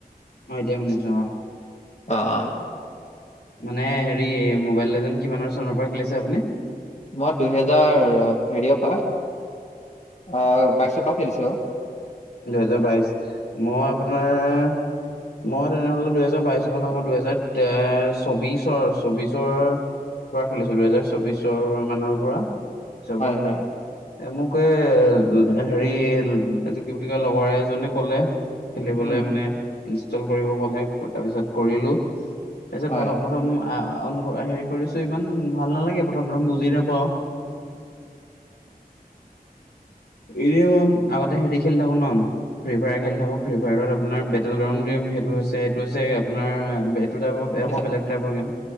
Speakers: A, on the left (about 90°); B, on the left (about 45°).
A: অঁ এতিয়া শুনিছোঁ অঁ।
B: অ অ।
A: মানে হেৰি মোবাইল লিজেণ্ড কিমানৰ চনৰ পৰা খেলিছে আপুনি?
B: মই দুহেজাৰ হেৰিয়ৰ পৰা অঁহ বাইশৰ পৰা খেলিছো আও।
A: দুহেজাৰ বাইশ, মই আপোনাৰ মই তেনেহ'লে দুইহেজাৰ বাইশৰ পৰা নহয়, মই দুহেজাৰ এ চৌবিশৰ চৌবিশৰ পৰা খেলিছো দুহেজাৰ চৌবিশৰ মানৰ পৰা। চনৰ
B: হয়
A: পৰা খেলিছো।
B: হয়
A: এ মোক এ হেৰি কি বুলি কয় লগৰ এজনে ক'লে খেলিবলে
B: উম
A: মানে ইনষ্টল কৰিব কলে, তাৰপিছত কৰিলো তাৰপিছত
B: হয়
A: প্ৰথম প্ৰথম আঁ হেৰি কৰিছো ইমান ভাল নালাগে প্ৰথম প্ৰথম বুজি নাপাওঁ। এনেই আৰু আগতে হেৰি খেলি থাকো ন। ফ্ৰী ফায়াৰ খেলি থাকো, ফ্ৰী ফায়াৰত আপোনাৰ বেটেল গ্ৰাউণ্ড গেম সেইটো হৈছে এইটো হৈছে আপোনাৰ টাইপৰ,
B: শুনিছে
A: এইয়া আক বেলেগ টাইপৰ গেম।